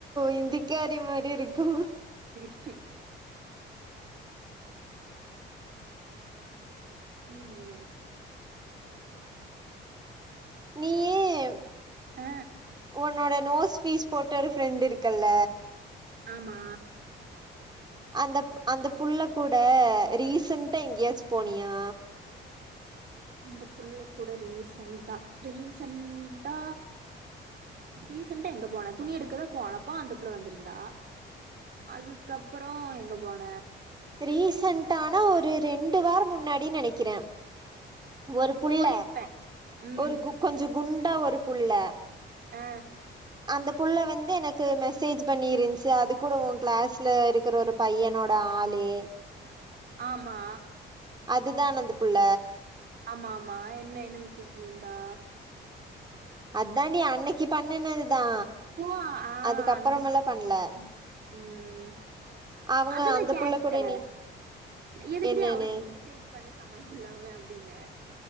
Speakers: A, on the right; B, on the right.
A: இந்திக்காரி மாரி இருக்கா
B: <unintelligible> உம்
A: நீயேம்
B: அ
A: உன்னோட நோஸ் பீஸ் போட்ட ஒரு ஃப்ரெண்டு இருக்கு அல்ல
B: ஆமா
A: அந்தப் அந்த புள்ள கூட ரீசெண்டா எங்கயாச்சி போனியா
B: அந்த புள்ள கூட ரீசெண்டா ரீசெண்டா ரீசெண்டா எங்க போன துணி எடுக்க தா போனப்போ அந்த புள்ள வந்திருந்தா அதுக்கப்றோ எங்க போன
A: ரீசண்ட்டான ஒரு ரெண்டு வாரம் முன்னாடினு நெனைக்கிற ஒரு புள்ள
B: போயிருப்பே ம்
A: ஒரு கு கொஞ்சோ குண்டா ஒரு புள்ள
B: அ
A: அந்த புள்ள வந்து எனக்கு மெசேஜ் பண்ணிருந்துச்சி அது கூட உன் கிளாஸ்ல இருக்கிற ஒரு பையனோட ஆளு
B: ஆமா
A: அதுதான் அந்த புள்ள
B: ஆமா ஆமா என்ன என்ன மெசேஜ் பண்ணிருந்தா
A: அதாண்டி அன்னைக்கு பண்ணுனதுதா
B: புவா ஆ
A: அதுக்கப்புறமெல்லா
B: அந்த புட்
A: பண்ல
B: உம் ம்
A: அவங்க
B: அதா நா
A: அந்த
B: கேட்டே
A: புள்ள கூட நீ
B: எதுக்குடி
A: என்னன்னு
B: அவளுக்கு மெசேஜ் பண்ண சம்பந்தமில்லாம அப்டின